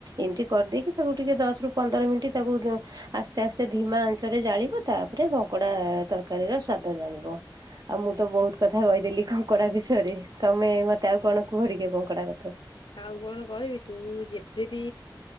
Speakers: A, on the right (about 55°); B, on the left (about 75°).
A: ଏମିତି କରିଦେଇକି ତାକୁ ଟିକେ ଦଶ ରୁ ପନ୍ଦର ମିନିଟ୍ ତାକୁ ଆସ୍ତେ ଆସ୍ତେ ଧିମା ଚରେ ଜାଳିବ ତାପରେ କଙ୍କଡା ତରକାରୀର ସ୍ଵାଦ ଜାଣିବ। ଆଉ ମୁଁ ତ ବହୁତ କଥା କହିଦେଲି କଙ୍କଡା ବିଷୟରେ ତମେ ମତେ ଆଉ କଣ କୁହ ଟିକ କଙ୍କଡା କଥା?
B: ଆଉ କଣ କହିବି ତୁ ଯେବେବି